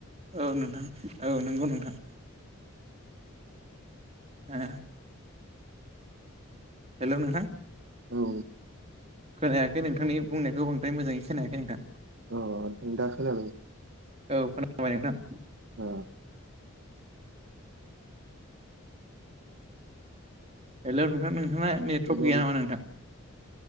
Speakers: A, on the right; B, on the right.
A: औ नोंथां औ नंगौ नोंथां हो हेल' नोंथां
B: औ
A: खोनायाखै नोंथांनि बुंनायखौ बांद्राय मोजाङै खोनायाखै नोंथां।
B: अ नों दा खोनाबाय?
A: औ खोनाबाय नोंथां
B: औ
A: हेलौ नोंथां नोंथाङा नेटवर्क
B: एकदम
A: गैया नामा नोंथां?